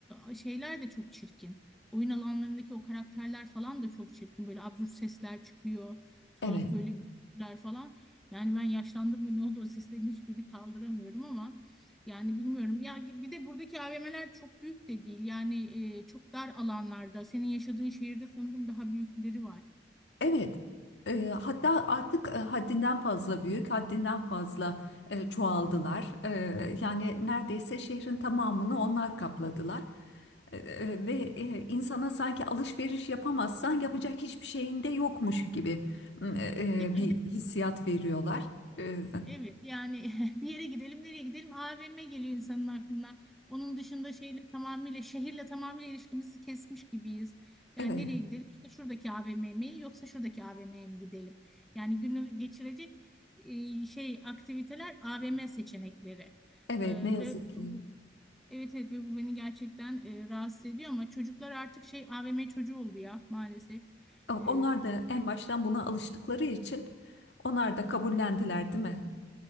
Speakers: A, in the centre; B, on the left (about 70°).
A: e, şeyler de çok çirkin. Oyun alanlarındaki o karakterler falan da çok çirkin. Böyle absürt sesler çıkıyor. Tuhaf
B: Evet.
A: böyle gürültüler falan. Yani ben yaşlandım mı ne oldu o seslerin hiçbirini kaldıramıyorum ama yani bilmiyorum. Ya bir de buradaki AVM'ler çok büyük de değil. Yani e, çok dar alanlarda. Senin yaşadığın şehirde sanırım daha büyükleri var.
B: Evet. E, hatta artık e, haddinden fazla büyük, haddinden fazla e, çoğaldılar. E, yani neredeyse şehrin tamamını onlar kapladılar. E, e, ve e, insana sanki alışveriş yapamazsan yapacak hiçbir şeyin de yokmuş gibi e,
A: Değil
B: e,
A: mi?
B: bir hissiyat veriyorlar. E,
A: Evet yani <laughs> bir yere gidelim nereye gidelim AVM geliyor insanın aklına. Onun dışında şeyle tamamıyla şehirle tamamıyla ilişkimizi kesmiş gibiyiz. Yani
B: evet,
A: nereye gidelim işte şuradaki AVM mi yoksa şuradaki AVM'ye mi gidelim? Yani günü geçirecek e, şey aktiviteler AVM seçenekleri.
B: evet
A: E,
B: ne yazık
A: ve
B: ki.
A: bu, evet evet ve bu beni gerçekten e, rahatsız ediyor ama çocuklar artık şey AVM çocuğu oldu ya maalesef.
B: E, Onlar
A: E,
B: da en baştan buna alıştıkları için onlar da kabullendiler, değil mi?